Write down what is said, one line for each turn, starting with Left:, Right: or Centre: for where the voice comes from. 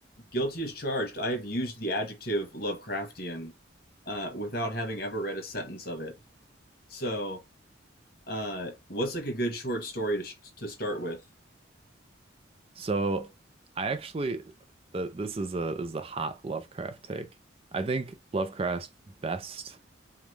Left: Guilty as charged. I have used the adjective Lovecraftian uh, without having ever read a sentence of it. So, uh, what's like a good short story to sh- to start with?
Right: So I actually the, this is a this is a hot Lovecraft take. I think Lovecraft's best